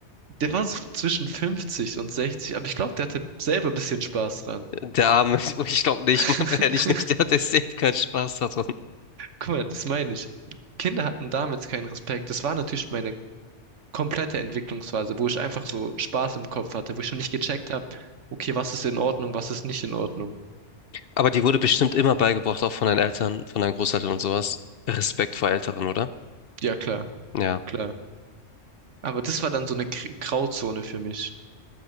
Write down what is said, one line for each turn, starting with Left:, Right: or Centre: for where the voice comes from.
Right: der war so zwischen 50 und 60, aber ich glaube, der hatte selber ein bisschen Spaß dran.
Left: Der Arme, <laughs> ich glaube nicht,
Right: <laughs>
Left: Mann, ehrlich nicht, der hat der safe keinen Spaß hat.
Right: Guck mal, das meine ich. Kinder hatten damals keinen Respekt. Das war natürlich meine komplette Entwicklungsphase, wo ich einfach so Spaß im Kopf hatte, wo ich schon nicht gecheckt habe, okay, was ist in Ordnung, was ist nicht in Ordnung.
Left: Aber dir wurde bestimmt immer beigebracht, auch von deinen Eltern, von deinen Großeltern und sowas. Respekt vor Älteren, oder?
Right: Ja, klar,
Left: Ja,
Right: klar. Aber das war dann so eine Gr- Grauzone für mich.